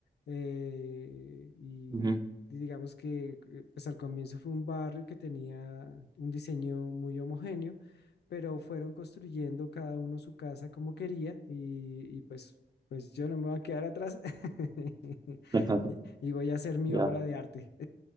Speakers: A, on the left (about 70°); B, on the right (about 25°).
A: eh, y
B: ujú.
A: digamos que eh, pues al comienzo fue un barrio que tenía un diseño muy homogéneo, pero fueron construyendo cada uno su casa como quería y, y pues, pues yo no me voy a quedar atrás <laughs>
B: <laughs>
A: y y voy a hacer mi
B: Ya.
A: obra de arte.